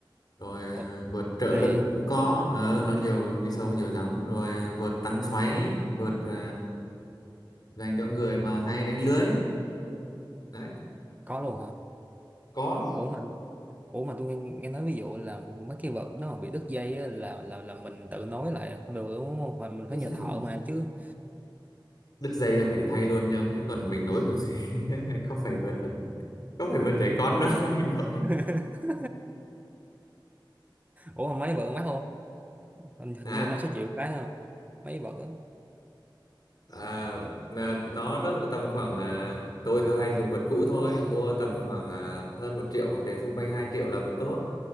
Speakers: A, on the left; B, on the right.
A: rồi ờ,
B: Ờ,
A: vượt trợ
B: ghê
A: lực
B: vậy?
A: cũng có ờ, nó nhiều đi sâu vào nhiều giống rồi ờ, vượt tăng xoáy vượt ờ, dành cho người mà hay đánh lưới đấy
B: Có luôn hả?
A: có
B: Ủa mà ủa mà tôi nghe, nghe nói ví dụ là mấy cái vợt nó mà bị đứt dây á, là là là mình tự nối lại không được đúng không? Hoặc mình
A: <laughs>
B: phải nhờ thợ mà chứ.
A: đứt dây là phải đi thay luôn nhưng chứ còn mình nối kiểu gì <laughs> không phải vượt không phải vượt trẻ con đâu <laughs> để nối
B: <laughs> Ủa mà mấy vợt mắc không? Hình, hình
A: hả
B: như năm sáu triệu một cái không? Mấy vợt á.
A: à, là nó rất là tầm khoảng à, tôi tôi hay dùng vượt cũ thôi mua tầm khoảng à, hơn một triệu hoặc đến xung quanh 2 triệu là vượt tốt